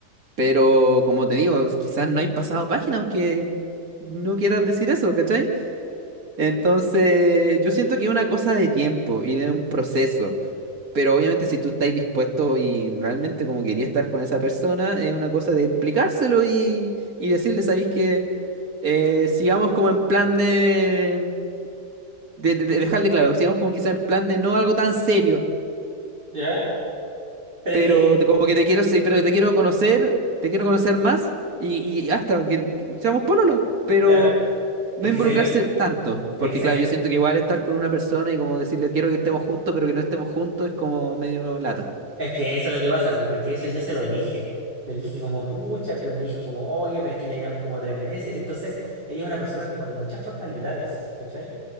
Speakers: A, on the right (about 55°); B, on the right (about 30°).
A: Pero como te digo, quizás no hay pasado página, aunque no quieras decir eso, ¿cachai? Entonces, yo siento que es una cosa de tiempo y de un proceso. Pero obviamente si tú estás dispuesto y realmente como querías estar con esa persona, es una cosa de explicárselo y, y decirle, ¿sabéis que sigamos como en plan de, de, de- de dejarle claro, sigamos como quizás en plan de no algo tan serio,
B: ¿Ya? Pero
A: pero
B: es que,
A: te- como que te quiero, sí, pero te quiero conocer, te quiero conocer más y, y hasta que que seamos pololo, pero
B: claro,
A: no
B: es que
A: involucrarse
B: sabéis lo-
A: tanto,
B: Es
A: porque
B: que, se-
A: claro, yo siento que igual estar con una persona y como decirle quiero que estemos juntos, pero que no estemos juntos es como medio lata.
B: es que eso es lo que pasa, pues, porque eso yo se lo dije. Le dije como, pucha, pero me dijo como, oye, pero es que ya llevamos como tres meses. Entonces, ella es una persona como de muchas formalidades, ¿cachai?